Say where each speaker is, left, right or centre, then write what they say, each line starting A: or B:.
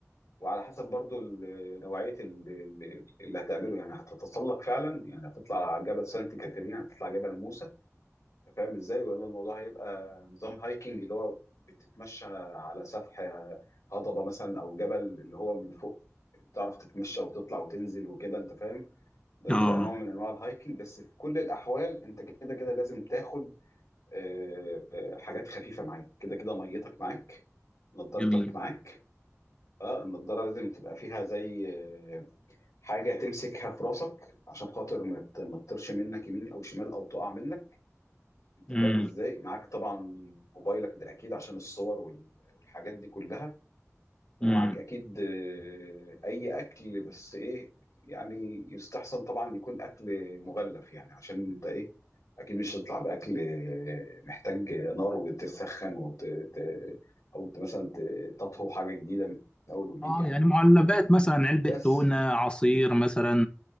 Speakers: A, on the left; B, on the left.
A: وعلى حسب برضو ال- نوعيه ال- ال- اللي هتعمله يعني هتتسلق فعلا يعني هتطلع جبل سانت كاترين هتطلع جبل موسى انت فاهم ازاي ولا الموضوع هيبقى نظام هايكنج اللي هو بتتمشى على سفح هضبه مثلا او جبل اللي هو من فوق تعرف تتمشى وتطلع وتنزل وكده انت فاهم ده
B: اه
A: بيبقى نوع من انواع الهايكنج بس في كل الاحوال انت كده كده لازم تاخد آه، آه، حاجات خفيفة معاك كده كده ميتك معاك نضارتك
B: جميل
A: معاك اه النضارة لازم تبقى فيها زي آه، حاجة تمسكها في راسك عشان خاطر ما ت- ما تطيرش منك يمين او شمال او تقع منك انت
B: امم
A: فاهم ازاي معاك طبعا موبايلك ده اكيد عشان الصور وال- والحاجات دي كلها ومعاك
B: امم
A: اكيد آه، اي اكل بس ايه يعني يستحسن طبعا يكون اكل مغلف يعني عشان انت ايه اكيد مش هتطلع باكل آه، محتاج نار وتسخن وت... ت- او ت- مثلا ت- تطهو حاجه جديده من اول وجديد
B: اه
A: يعني
B: يعني معلبات مثلا علبة
A: بس
B: تونة عصير مثلا